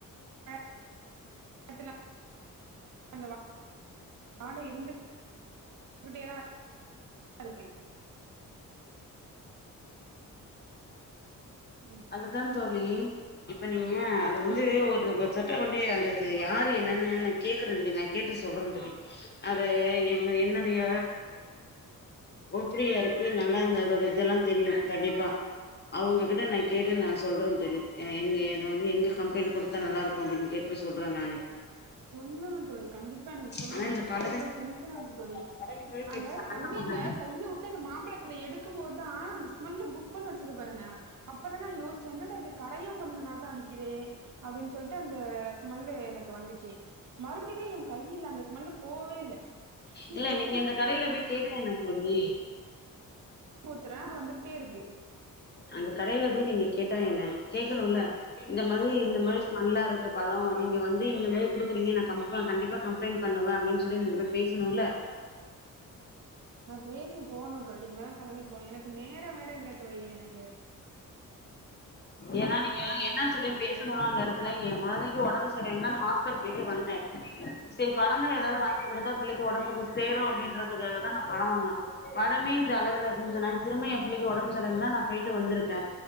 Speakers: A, on the right (about 60°); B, on the left (about 30°).
A: <inaudible> அந்த வாடை இருந்துகிட்டே தா இருக்கு ம்.
B: அதுதா தோழி ழி இப்ப நீங்க அது வந்து
A: ம்.
B: ஒரு <unintelligible> வண்டிய அது யார் ரு என்னனு நா கேக்குற தோழி நா கேட்டு சொல்றந் தோழி அது என் என்னடைய ஓப்டியா இருக்கு நல்லா இந்த அதோட இதெல்லா தெரியு கண்டிப்பா அவுங்ககிட்ட நா கேட்டு நா சொல்றே தோழி எங்க எது வந்து எங்க கம்ப்ளைண்டு குடுத்தா நல்லா இருக்கு அப்டின் கேட்டு சொல்றே நானு
A: சொல்லணு தோழி கண்டிப்பா எனக்கு சொல்லணு
B: ஆனா இந்த
A: எனக்கு
B: படத்துல
A: அவ்ளோ டென்ஷனா இருக்கு தோழி
B: அந்த கடையில போய்
A: அந்த
B: கேட்டு சண்ட
A: தண்ணில
B: போட்டாங்க
A: கைய வுட்டு அந்த மாம்பழத்துல எடுக்கும் போதான் ஸ்மல்லு குப்புனு அடுச்சது பாருங்க அப்பதா நா யோசுச்சே என்னடா இது கரையா மருந்து நாத்தோ அடிக்குதே அப்டின் சொல் ட்டு அந்த ஸ்மல்லு எனக்கு வந்துச்சி மறுபடியுமே என் கையில அந்த ஸ்மெல்லு போவே இல்ல கிச்சன்
B: இல்ல நீங்க இந்த கடைல போய் கேட்டா என்ன தோழி
A: பூத்துறே வந்துட்டே இருக்கு
B: அந்த கடைல போய் நீங்க கேட்டா என்ன கேக்கணுல்ல இந்த மாரி இந்த மாரி ஸ்மெல்லாருக்கு பழொ நீங்க வந்து இந்த மாரி குடுக்குறீங்க நா கம்ப கண்டிப்பா கம்ப்ளைண்ட் பண்ணுவே அப்டின் சொல்லி நீங்க போய் பேசணுல்ல
A: நா பேசி போணோ தோழி இனிமேதா கெளம்பி போணு எனக்கு நேரோ வேற இல்ல தோழி எனக்
B: ஏனா
A: நான்
B: நீங்க
A: ஒரு
B: என்னா
A: ஒர்க்
B: சொல்லி
A: பண்றேன்.
B: பேசணு அந்த எடத்துல ஏ கொழந்தைக்கு உடம்பு சரியில்லன் தா ஹாஸ் பிடல் போயிட்டு வந்தே சேரி பழங்கள் ஏதாது
A: ம்,
B: வாங்கி கொடுத்தா பிள்ளைக்கு ஒடம்புக்கு சேரோ அப்டின்றதுக்காக தா நா பழோவாங்குவே பழமே இந்த அளவுல இருந்ததுனா திரும்ப என் பிள்ளைக்கு ஒடம்பு சரிலன்னா நா போய்ட்டு வந்திருக்கே